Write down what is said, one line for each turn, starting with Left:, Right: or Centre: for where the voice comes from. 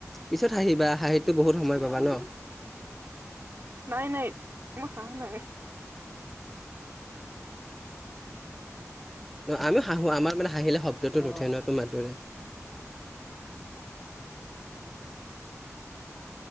Centre: পিছত হাঁহিবা, হাঁহিতটো বহুত সময় পাবা ন।
Right: নাই নাই, মই হাহা নাই।
Centre: আমি হাঁহো, আমাৰ মানে হাহিলে শব্দটো নুঠে ন তোমাৰ দৰে।
Right: <inaudible>